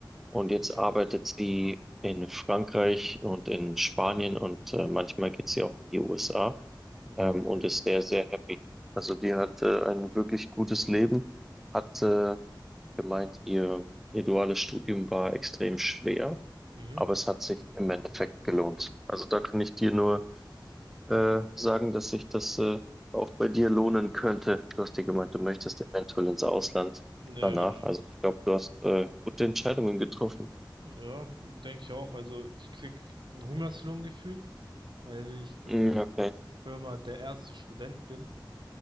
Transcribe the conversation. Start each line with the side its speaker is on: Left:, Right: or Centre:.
Centre: und jetzt
Right: okay.
Centre: arbeitet sie in Frankreich und in Spanien und äh, manchmal geht sie auch in die USA
Right: Oha,
Centre: ähm,
Right: okay.
Centre: und ist sehr, sehr happy. Also die hat äh, ein wirklich gutes Leben, hat äh, gemeint, ihr, ihr duales Studium war extrem schwer,
Right: Mhm.
Centre: aber es hat sich im Endeffekt gelohnt. Also da kann ich dir nur äh, sagen, dass sich das äh, auch bei dir lohnen könnte. Du hast dir gemeint, du möchtest eventuell ins Ausland
Right: Ja,
Centre: danach.
Right: genau.
Centre: Also ich glaube, du hast äh, gute Entscheidungen getroffen.
Right: Ja, denke ich auch. Also ich krieg einen Hungerslohn gefühlt, weil ich tatsächlich
Centre: Mm, okay.
Right: in der Firma der erste Student bin.